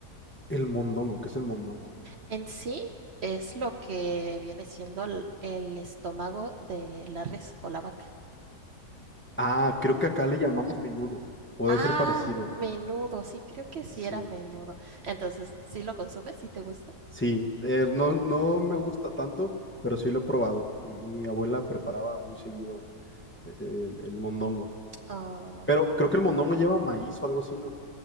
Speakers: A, on the left; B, on the right.
A: El mondongo, ¿qué es el mondongo?
B: En sí es lo que viene siendo el el estómago de la res o la vaca.
A: Ah, creo que acá le llamamos menudo, o
B: Ah,
A: debe ser parecido.
B: menudo, sí, creo que
A: Sí,
B: sí era menudo. Entonces, ¿sí lo consumes? ¿Sí te gusta?
A: sí, eh, no, no me gusta tanto, pero sí lo he probado. Mi abuela preparaba muy seguido eh, el, el mondongo,
B: Ah,
A: pero creo que el mondongo lleva maíz o algo así, ¿no?